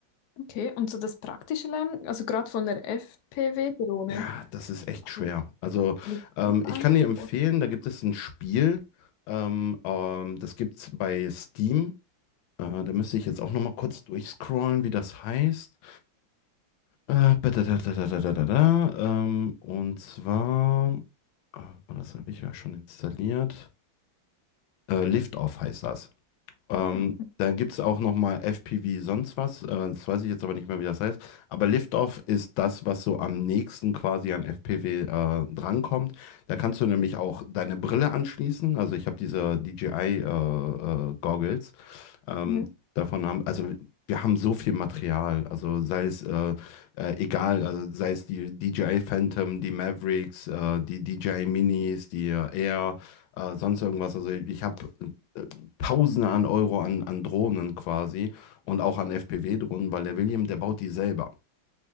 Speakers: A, on the left; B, on the left.
A: Okay, und so das praktische Lernen, also gerade von der FPV-Drohne.
B: Ja, das ist echt
A: Also,
B: schwer. Also
A: liegt
B: ähm,
A: das eins
B: ich kann dir empfehlen,
A: vor?
B: da gibt es ein Spiel, ähm, ähm, das gibt's bei Steam. Äh, da müsste ich jetzt auch noch mal kurz durchscrollen, wie das heißt. Äh, badadadadadadada, ähm, und zwar, ah, warte mal, das habe ich ja schon installiert. Äh, Liftoff heißt das. Ähm,
A: Hm.
B: dann gibt es auch nochmal FPV sonst was. Äh, das weiß ich jetzt aber nicht mehr, wie das heißt. Aber Liftoff ist das, was so am nächsten quasi an FPV äh, drankommt. Da kannst du nämlich auch deine Brille anschließen. Also ich habe diese DJI-Goggles. ähm,
A: Mhm.
B: davon haben, also wir haben so viel Material. Also sei es äh, äh, egal, also sei es die DJI Phantom, die Mavericks, äh, die DJI Minis, die äh, Air, äh, sonst irgendwas. Also ich habe äh, Tausende an Euro an, an Drohnen quasi und auch an FPV-Drohnen, weil der William, der baut die selber.